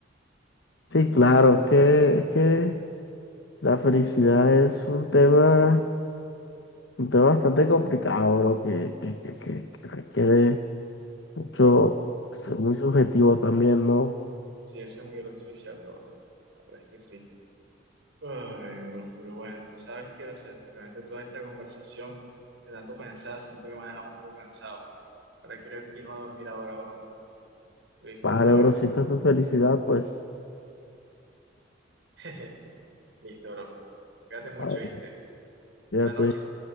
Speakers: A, on the left; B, on the right.
A: Sí, claro, es que, es que la felicidad es un tema, un tema bastante complicado, bro, que, que, que, que, que requiere mucho, pues, ser muy subjetivo también, ¿no?
B: Sí, eso es muy gracioso y cierto, bro. La verdad es que sí. Ay, bro, pero bueno, ¿sabes qué? O sea, realmente toda esta conversación de tanto pensar, siento que me ha dejado un poco cansado. Ahora quiero irme a dormir ahora, bro. Discúlpame.
A: Vale, bro, si esa es tu felicidad, pues,
B: <laughs> Listo, bro. Cuídate mucho,
A: a ver,
B: ¿viste?
A: fíjate.
B: Buenas noches.